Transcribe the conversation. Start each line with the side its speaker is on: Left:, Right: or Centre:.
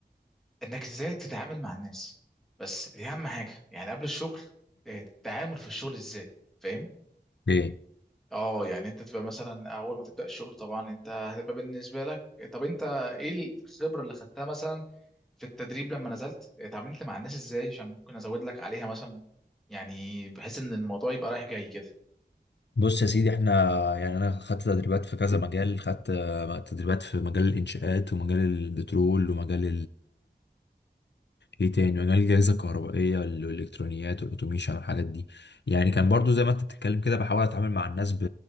Centre: انك ازاي تتعامل مع الناس بس دي اهم حاجه يعني قبل الشغل آه، التعامل في الشغل ازاي فاهم
Left: اوكي
Centre: اه يعني انت تبقى مثلا اول ما تبدا الشغل طبعا انت هتبقى بالنسبه لك طب انت ايه الخبره اللي خدتها مثلا في التدريب لما نزلت اتعاملت مع الناس ازاي عشان ممكن ازود لك عليها مثلا يعني بحيث ان الموضوع يبقى رايح جاي كده
Left: بص يا سيدي احنا يعني انا خدت تدريبات في كذا مجال خدت آه، تدريبات في مجال الانشاءات ومجال البترول ومجال ايه تاني مجال الجهازة الكهربائية والالكترونيات والاوتوميشن والحاجات دي يعني كان برضو زي ما انت بتتكلم كده بحاول اتعامل مع الناس ب...